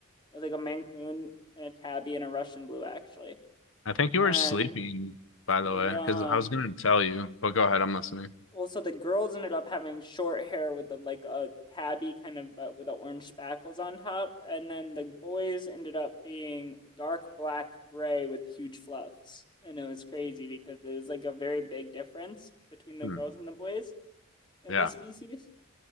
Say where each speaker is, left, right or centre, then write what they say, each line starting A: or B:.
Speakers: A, on the left; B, on the left.
A: was like a Maine Coon and a tabby and a Russian blue actually,
B: I think you
A: and
B: were sleeping, by
A: they
B: the way,
A: um
B: because I was gonna tell you, but go ahead, I'm listening.
A: Also, the girls ended up having short hair with the like a tabby kind of but with the orange spackles on top, and then the boys ended up being dark black gray with huge fluffs. And it was crazy because there was like a very big difference between the
B: Hmm,
A: girls and the boys in
B: yeah.
A: this species,